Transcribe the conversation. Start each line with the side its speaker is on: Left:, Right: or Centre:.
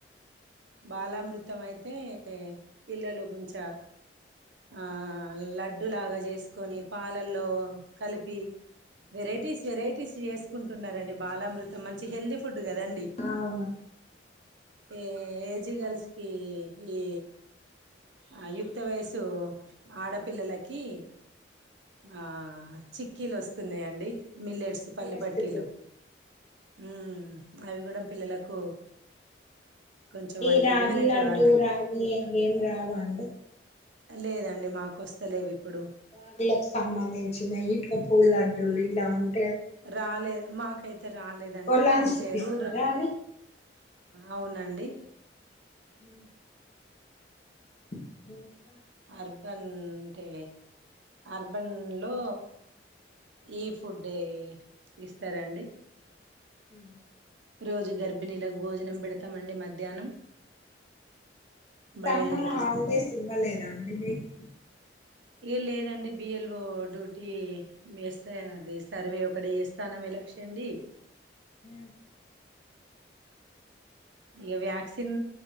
Right: బాలా
Left: ఆ
Right: మృతి అంతే పిల్లలు గుంచ ఆ లడ్డులాగా చేసుకొని పాలల్లో కలిపి వెరైటీస్ వెరైటీస్ చేసుకుంటున్నారండి బాలామృతం మంచి హెల్దీ ఫుడ్ కదాండి
Left: అవును
Right: ఏ ఏజ్ గల్స్
Left: అది
Right: ఇ ఆ యుక్త వయసు ఆడపిల్లలకి ఆ చిక్ కీలు వస్తున్నాయండి మిల్లెట్స్ పల్ల
Left: రెసిపీ.
Right: పట్టీలు ఉ అవి కూడ పిల్లలకు కొంచెం
Left: ఈ
Right: అంటే
Left: రాగి
Right: ఇమ్యూనిటీ
Left: లడ్డు
Right: అంటే
Left: రాగి అవి ఏం రావాండి
Right: లేదండి మాకొస్త లేవు ఇప్పుడు
Left: వాగులకు సంబంధించిన ఈప్ప పూల లడ్డూలు ఇలా ఉంట
Right: రాలేదు మాకైతే రాలేదండి
Left: కొలాంగ్స్
Right: అంటే
Left: కి ఇస్తారా
Right: రూరు
Left: అవి
Right: అవునండి
Left: హ <inaudible>
Right: అర్బన్ అంటే అర్బన్ లో ఈ ఫుడే ఇస్తరాండి
Left: హ
Right: రోజు గర్భిణీలకు భోజనం పెడతామండి మధ్యాహ్నం
Left: summer
Right: boiled egg
Left: holidays
Right: is
Left: ఇవ్వలేదా అండి మీకు
Right: ఏ లే లేదండి బిఎల్ ఒ <unintelligible> అది సర్వే ఒకటి ఏ స్థానం ఎ లక్ష అండి
Left: అ
Right: ఇక వ్యాక్సిన్